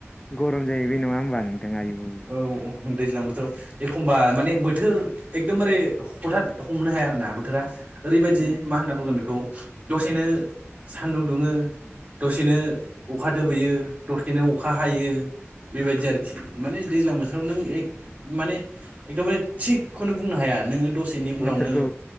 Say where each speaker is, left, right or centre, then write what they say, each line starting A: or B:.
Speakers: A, on the left; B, on the right.
A: गरम जायो बे नङा होमबा नोंथां आयु
B: औ दैज्लां बोथोराव एखमबा माने बोथोर एकदमबारे हथत हमनो हाया आरो ना बोथोरा ओरैबायदि
A: उम
B: मा होनना बुंगोन बेखौ दसेनो सानदुं दुङो दसेनो अखा दोबैयो दसेनो अखा हायो बेबायदि आरोखि माने दैज्लां बोथोराव नों माने एकदमबारे थिगखौनो बुंनो हाया नोङो दसे बेनि उनावनो
A: बोथोरखौ